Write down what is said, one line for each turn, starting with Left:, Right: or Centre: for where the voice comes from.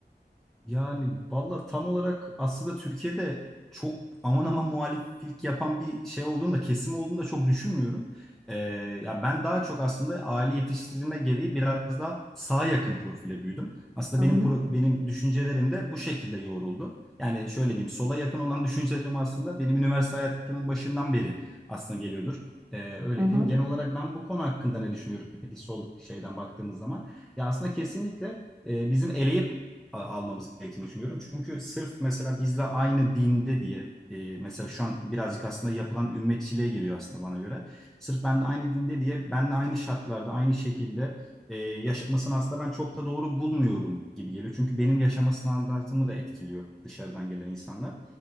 Centre: Yani valla tam olarak aslında Türkiye'de çok aman aman muhaliflik yapan bir şey olduğunu da kesim olduğunu da çok düşünmüyorum. Ee, ya ben daha çok aslında aile yetiştirilme gereği biraz daha sağa yakın profile büyüdüm. Aslında
Right: Hı
Centre: benim
Right: hı,
Centre: pro- benim düşüncelerim de bu şekilde yoğruldu. Yani şöyle diyeyim sola yakın olan düşüncelerim aslında benim üniversite hayatımın başından beri aslında geliyordur. Ee, öyle
Right: hı hı,
Centre: diyeyim. Genel olarak ben bu konu hakkında ne düşünüyorum peki sol şeyden baktığımız zaman? Ya aslında kesinlikle e, bizim eleyip a- almamız gerektiğini düşünüyorum. Çünkü sırf mesela bizle aynı dinde diye e, mesela şu an birazcık aslında yapılan ümmetçiliğe giriyor aslında bana göre. Sırf benle aynı dinde diye benle aynı şartlarda aynı şekilde e, yaşatmasını aslında ben çok da doğru bulmuyorum gibi geliyor. Çünkü benim yaşama standartımı da etkiliyor dışarıdan gelen insanlar.